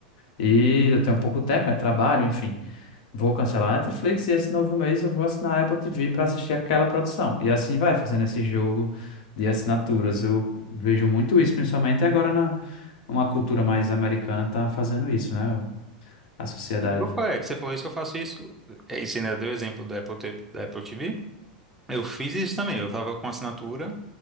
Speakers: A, on the left; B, in the centre.
A: E eu tenho pouco tempo, né? Trabalho, enfim. Vou cancelar a Netflix e esse novo mês eu vou assinar a Apple TV para assistir aquela produção. E assim vai, fazendo esse jogo de assinaturas. Eu vejo muito isso, principalmente agora na uma cultura mais americana tá fazendo isso, né? A sociedade.
B: Eu, falei, é, que você falou isso, eu faço isso. É, E você ainda deu o exemplo da Apple, T- V da Apple TV. Eu fiz isso também. Eu tava com assinatura,